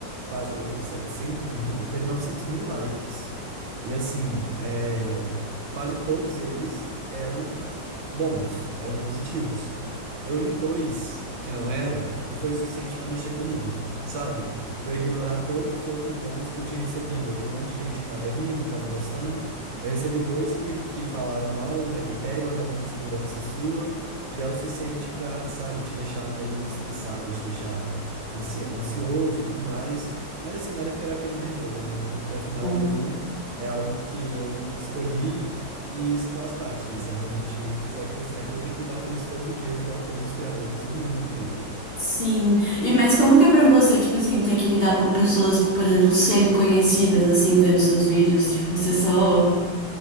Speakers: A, on the right; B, on the left.
A: quase, ele teve 700 mil, ele teve 900 mil likes. E assim, é, quase todos eles eram ah, bons, eram positivos. Eu li dois que não eram e foi o suficiente pra mexer comigo, sabe? Pra eu ignorar todos os outros bons que eu tinha recebido, aquele tanto de gente que tava rindo, que tava gostando. Eu recebi dois que, que falaram mal e, me- e pegam em alguma insegurança sua, já é o suficiente pra, sabe, te deixar meio estressado, te deixar ansi- ansioso e tudo mais. Mas assim, nada que terapia não resolva, né? Porque afinal
B: Uhum.
A: eu é algo que eu escolhi e isso faz parte, né? Se eu realmente quiser que dê certo, eu vou ter que lidar com isso todos os dias, igual todos os criadores do mundo lidam.
B: Sim. E mas como que é pra você, tipo assim, ter que lidar com pessoas, por exemplo, semi-conhecidas, assim, vendo seus vídeos? Tipo, você só...